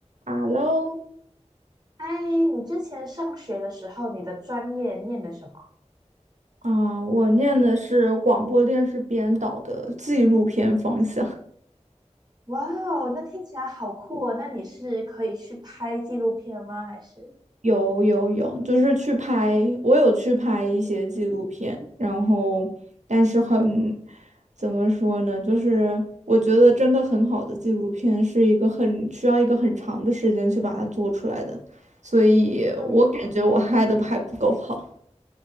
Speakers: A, on the right; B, on the right.
A: Hello，
B: 哎，你之前上学的时候，你的专业念的什么？
A: 啊，我念的是广播电视编导的纪录片方向。
B: 哇哦，那听起来好酷哦！那你是可以去拍纪录片吗？还是？
A: <laughs> 有有有，就是去拍，我有去拍一些纪录片，然后但是很，怎么说呢？就是我觉得真的很好的纪录片是一个很需要一个很长的时间去把它做出来的，所以我感觉我拍的还不够好。
B: 对，